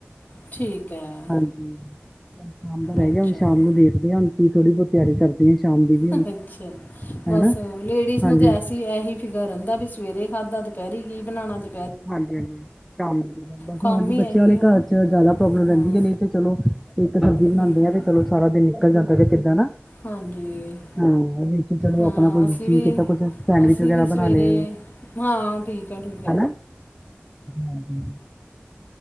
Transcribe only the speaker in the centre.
ਹਾਂਜੀ, ਹੁਣ ਸ਼ਾਮ ਦਾ ਰਹਿ
ਗਿਆ ਹੁਣ
ਸ਼ਾਮ ਨੂੰ ਦੇਖ ਹਣ ਕੀ ਥੋੜੀ ਬਹੁਤ ਤਿਆਰੀ ਕਰਲੀ ਸ਼ਾਮ ਦੀ ਵੀ ਹੁਣ।
ਹਨਾ
ਹਾਂਜੀ
ਹਾਂਜੀ-ਹਾਂਜੀ ਸ਼ਾਮ
ਹਾਂਜੀ
ਬੱਚਿਆਂ
ਵਾਲੇ
ਘਰ
ਚ ਜਾਦਾ ਪ੍ਰੋਬਲਮ
ਰੈਂਦੀ ਐ ਨਈ ਤੇ ਚਲੋ ਇੱਕ ਸਬਜ਼ੀ ਬਣਾਉਂਦੀਆਂ
ਤੇ ਚਲੋ ਸਾਰਾ ਦਿਨ ਨਿਕਲ ਜਾਂਦਾ ਜਾਂ ਕਿਦਾਂ ਨਾ
ਹੂੰ, ਵਿੱਚ ਚਲੋ
ਆਪਣਾ ਕੁਛ
ਜੀ
ਕੀਤਾ ਕੁਛ ਸੈਂਡਵਿਚ
ਵਗੈਰਾ
ਬਣਾ ਲਏ।
ਹਨਾ ਹਾਂਜੀ।